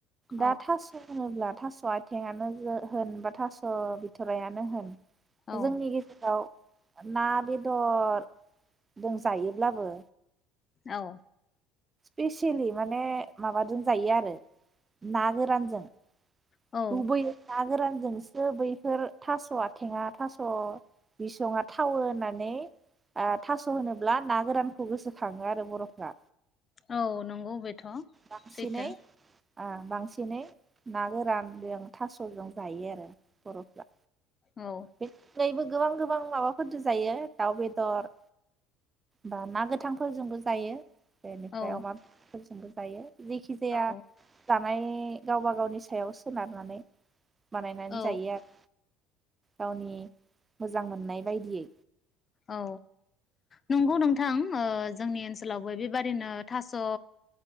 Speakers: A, on the left; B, on the right.
A: औ
B: दा थास' होनोब्ला थास' आथिं आनो होन बा थास' बिथरायानो होन
A: औ
B: जोंनि गेजेराव ना बेदर दंजायोब्लाबो
A: औ
B: बेसेलि माने माबाजों जायो आरो ना गोरानजों।
A: औ
B: गुबै नागोरान जोंसो बैफोर थास' आथिङा थास' बिसङा थावो होननानै ओ थास' होनोब्ला ना गोरानखौ गोसोखाङो आरो बर'फ्रा
A: औ नंगौ बेथ'
B: बांसिनै
A: सैथो
B: आ बांसिनै ना गोरान बेयाव थास'जों जायो आरो बर'फ्रा
A: औ
B: बेनि अनगायैबो गोबां गोबां माबाफोरजों जायो दाउ बेदर बा ना गोथां फोरजोंबो जायो। बेनिफ्राय
A: औ
B: अमाफोर बो जायो। निखिजाया
A: औ
B: जा थानाय गावबा गावनि सायाव सोनारनानै बानायनानै
A: औ
B: जायो आरो। गावनि मोजां मोननाय बायदियै
A: औ नंगौ नोंथां ओ जोंनि ओनसोलावबो बेबादिनो थास' ओ